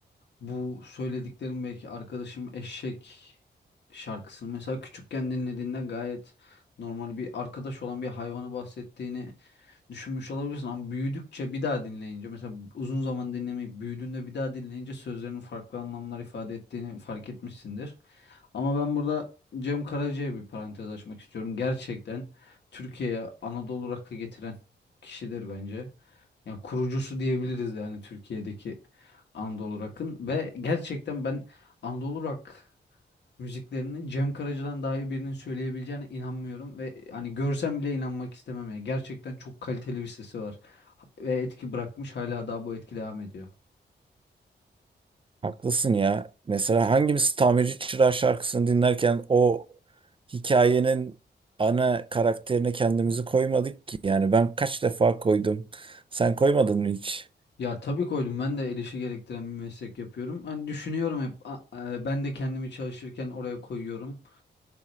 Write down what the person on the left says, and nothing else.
bu söylediklerim belki arkadaşım Eşek şarkısını mesela küçükken dinlediğinde gayet normal bir arkadaş olan bir hayvanı bahsettiğini düşünmüş olabilirsin ama büyüdükçe bir daha dinleyince mesela uzun zaman dinlemeyip büyüdüğünde bir daha dinleyince sözlerinin farklı anlamlar ifade ettiğini fark etmişsindir. Ama ben burada Cem Karaca'ya bir parantez açmak istiyorum. Gerçekten Türkiye'ye Anadolu rock'ı getiren kişidir bence. Yani kurucusu diyebiliriz yani Türkiye'deki Anadolu rock'ın ve gerçekten ben Anadolu rock Müziklerini Cem Karaca'dan daha iyi birinin söyleyebileceğine inanmıyorum ve hani görsem bile inanmak istemem ya. Gerçekten çok kaliteli bir sesi var ve etki bırakmış hala daha bu etki devam ediyor.
Ya tabii koydum ben de el işi gerektiren bir meslek yapıyorum. Hani düşünüyorum hep a- e, ben de kendimi çalışırken oraya koyuyorum.